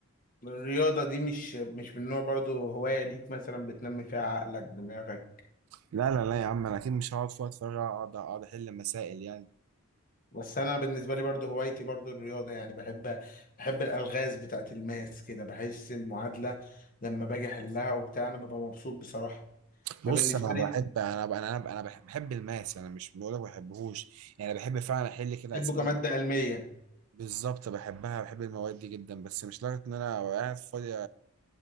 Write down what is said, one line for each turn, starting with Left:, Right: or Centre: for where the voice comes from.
Left: الرياضة دي مش مش من نوع برضو هواية ليك مثلا بتنمي فيها عقلك دماغك
Right: لا لا لا يا عم انا اكيد مش هقعد في وقت فراغ اقعد اقعد احل مسائل يعني
Left: بس انا بالنسبه لي برضو هوايتي برضو الرياضه يعني بحب بحب الالغاز بتاعه الماس كده بحس المعادله لما باجي احلها وبتاع انا ببقى مبسوط بصراحه فبالنسبه
Right: بص انا بحب
Left: لي
Right: انا انا انا أنا بحب بحب الماس انا مش بقول لك ما بحبهوش يعني بحب فعلا احل كده
Left: بحبه
Right: اسئله
Left: كماده علميه
Right: بالظبط بحبها بحب المواد دي جدا بس مش لدرجه ان انا قاعد فاضي